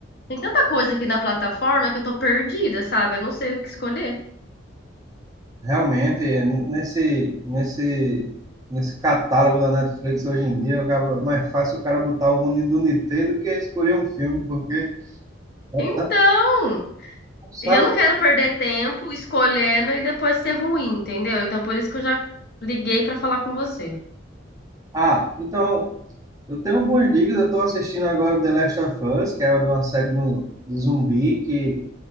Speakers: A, on the left; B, on the right.
A: tem tanta coisa aqui na plataforma que eu tô perdida, sabe? Eu não sei o que escolher.
B: realmente, nesse, nesse, nesse catálogo da Netflix hoje em dia, acaba- é mais fácil o cara botar o Uni do Nitê do que escolher um filme, porque é
A: Então.
B: tanto, sabe?
A: E eu não quero perder tempo escolhendo e depois ser ruim, entendeu? Então por isso que eu já liguei pra falar com você.
B: Ah, então, eu tenho algumas dicas, eu estou assistindo agora o The Last of Us, que é uma de uma série do, de zumbi, que,